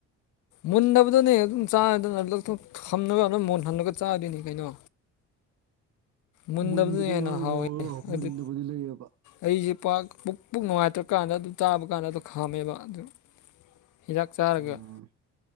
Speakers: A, on the left; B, on the right.
A: ꯃꯨꯟꯗꯕꯗꯅꯦ ꯑꯗꯨꯝ ꯆꯥꯔꯗꯅꯗꯊꯣꯛ ꯊꯝꯂꯒ ꯑꯗꯨꯝ ꯃꯨꯟꯍꯜꯂꯒ ꯆꯥꯗꯣꯏꯅꯤ ꯀꯩꯅꯣ ꯃꯨꯟꯗꯕꯗꯨꯅ
B: ꯃꯨꯟꯕꯗꯤ
A: ꯍꯦꯟꯅ
B: ꯌꯥꯎꯗ꯭ꯔꯦꯕ
A: ꯍꯥꯎꯋꯦ
B: ꯃꯨꯟꯗꯕꯨꯗꯤ
A: ꯑꯗꯨ
B: ꯂꯩꯑꯕ
A: ꯑꯩꯁꯦ ꯄꯥꯛ ꯄꯨꯛ ꯄꯨꯛ ꯅꯨꯡꯉꯥꯏꯇ꯭ꯔꯀꯥꯟꯗ ꯑꯗꯨ ꯇꯥꯕ ꯀꯥꯟꯗ ꯑꯗꯨꯣ ꯈꯥꯝꯃꯦꯕ ꯑꯗꯨ ꯍꯤꯗꯥꯛ ꯆꯥꯔꯒ
B: ꯎꯝ